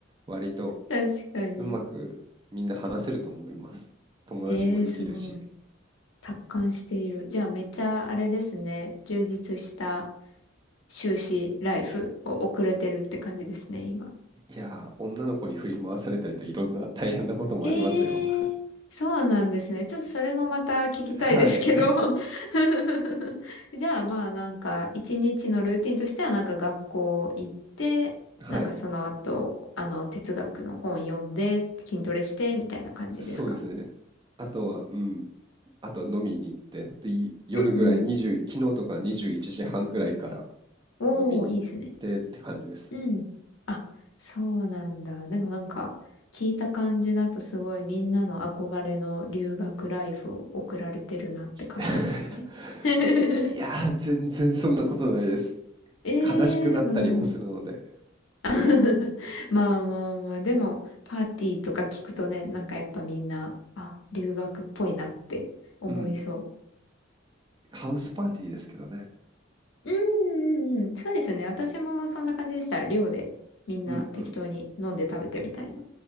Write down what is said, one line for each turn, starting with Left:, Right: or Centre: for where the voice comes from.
Right: 割と
Left: 確かに。
Right: うまくみんな話せると思います。友達もできるし。
Left: ええー、すごい。達観している。じゃあめっちゃあれですね。充実した修士ライフを送れてるって感じですね、今。
Right: いやー、女の子に振り回されたりといろんな大変なこともありますよ。
Left: えー、そうなんですね。ちょっとそれもまた聞きたいですけど
Right: <laughs> はい。
Left: <laughs> じゃあまあなんか一日のルーティンとしてはなんか学校行って、
Right: <laughs> はい。
Left: なんかその後、あの哲学の本読んで、筋トレしてみたいな感じですか
Right: そうですね。あとは、うん。あとは飲みに行って、で、い夜ぐらい20、
Left: うんうん。
Right: 昨日とか21時半ぐらいから
Left: おー、
Right: 飲みに行ってって感じです。
Left: いいっすね。うん。あ、そうなんだ。でもなんか、聞いた感じだとすごいみんなの憧れの留学ライフを送られてるなって感じですね。
Right: <laughs>
Left: <laughs>
Right: いやー、全然そんなことないです。
Left: えー、
Right: 悲しくなったりもするので。
Left: でもなん <laughs> まあまあまあ、でも、パーティーとか聞くとね、なんかやっぱみんな、あ、留学っぽいなって思いそ
Right: うん、ハウスパーティーですけどね。
Left: う。うんうんうん、そうですよね。私もそんな感じでした。寮でみんな適当に飲んで食べてみたいな。
Right: うんうん。